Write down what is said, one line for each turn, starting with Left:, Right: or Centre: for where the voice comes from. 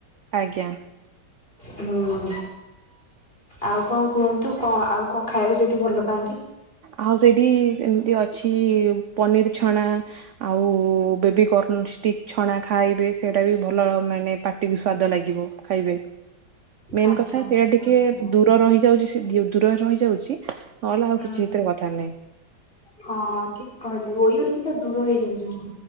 Right: ଆଜ୍ଞା
Left: ହୁଁ ଆଉ କଣ କୁହନ୍ତୁ କଣ ଆଉ କଣ ଖାଇବାକୁ ସେଇଠୁ ଭଲ ପାଆନ୍ତି
Right: ଆଉ ସେଇଠି ଏମିତି ଅଛି ପନିର ଛଣା ଆଉ ବେବିକଣଷ୍ଟିକ ଛଣା ଖାଇବେ ସେଇଟା ବି ଭଲ ମାନେ ପା ଟିକେ ସ୍ଵାଦ ଲାଗିବ ଖାଇବା ମେନ୍
Left: ଆଚ୍ଛା
Right: କଥା
Left: ଏମିତି
Right: ସେଇଟା ଟିକେ
Left: କଥା ତାହେଲେ
Right: ଦୂର ରହିଯାଉଛି ଦୂରରେ ରହିଯାଉଛି ନହେଲେ ଆଉ
Left: ହୁଁ
Right: କିଛି ଏଥିରେ କଥା ନାହିଁ।
Left: ହଁ ହଁ ଠିକ କହିଲେ ଇ ଇଠ ତ ଦୂର ହେଇଯାଉଏଛି